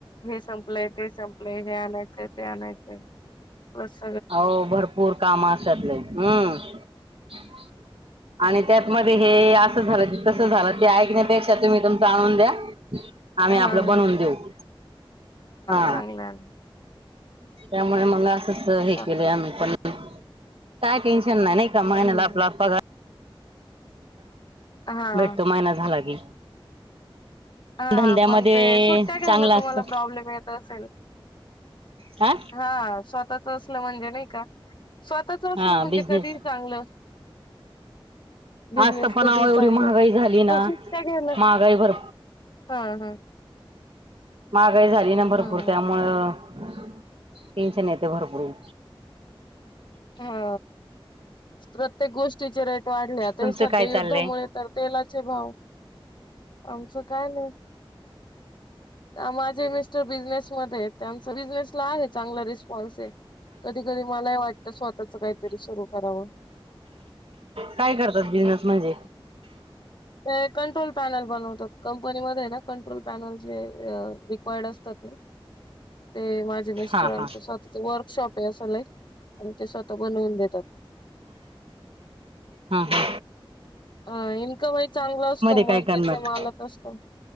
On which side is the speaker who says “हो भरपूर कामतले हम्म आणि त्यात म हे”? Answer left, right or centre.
Right